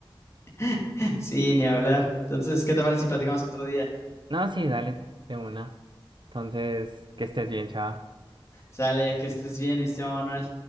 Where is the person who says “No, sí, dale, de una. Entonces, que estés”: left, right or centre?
Right